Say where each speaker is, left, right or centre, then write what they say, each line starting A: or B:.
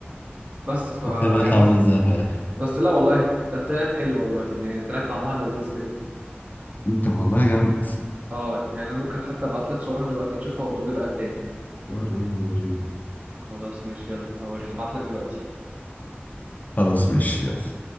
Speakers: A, on the right (about 35°); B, on the left (about 40°).
A: بس ف
B: طلعت
A: يعني
B: عاملة
A: بس
B: ازاي في الآخر
A: بس لا والله كانت طلعت حلوة والله يعني طلعت طعمها لذيذ كده
B: انت والله جامد
A: اه يعني أنا ممكن حتى أبعت لك صورها دلوقتي تشوفها وتقولي رأيك تاني
B: وريني وريني
A: خلاص ماشي يلا هوريك هبعت لك دلوقتي
B: خلاص ماشي يلا